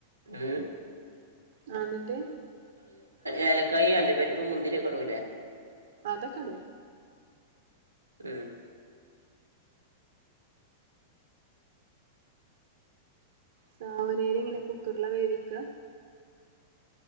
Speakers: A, on the right; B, on the right.
A: ഏ
B: ആ എന്നിട്ട്
A: ഏലക്കായ അള്ളിപ്പരിപ്പ് മുന്തിരി കടവൂല്ലേ
B: അതെ കാട
A: എഏ
B: സാവനേരി ഇങ്ങനെ കുക്കറില വേവിക്ക